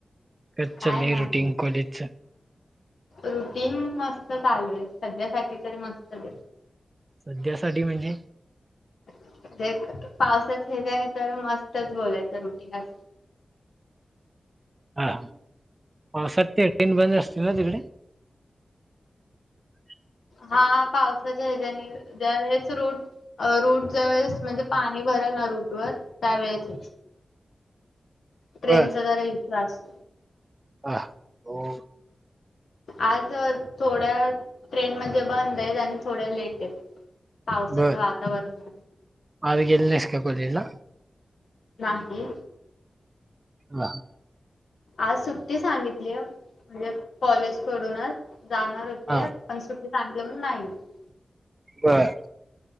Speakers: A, on the right (about 25°); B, on the left (about 80°).
A: कच
B: काय
A: चाललंय
B: नाही.
A: रुटीन कॉलेजच
B: रुटीन मस्त चालूय. सध्यासाठी तरी मस्तच.
A: सध्या साठी म्हणजे?
B: म्हंजे पावसात हेज्याने तर मस्तच बोलायचं रुटीन अस
A: हा हा पावसात ते रुट बंद असतील ना तिकडे? ह <unintelligible>
B: हा पावसाच्या हेज्याने ज्यावेळेस रूट अ रूट ज्या वेळेस म्हणजे, पाणी भरल ना रूट वर त्यावेेळेस ट्रेनचा
A: बर
B: जरा इशु असतो.
A: हा. हो.
B: आज थोड्या ट्रेन म्हणजे बंद आहेत आणि थोड्या लेट आहेत. पावसाच्या
A: बर
B: वातावरणान
A: आज गेली नाहीस का कॉलेजला?
B: नाही.
A: हा.
B: आज सुट्टी सांगितलीए म्हणजे कॉलेजकडूनच जाणार होते,
A: हा
B: पण सुट्टी सांगितली म्हणून नाही गेली.
A: बर.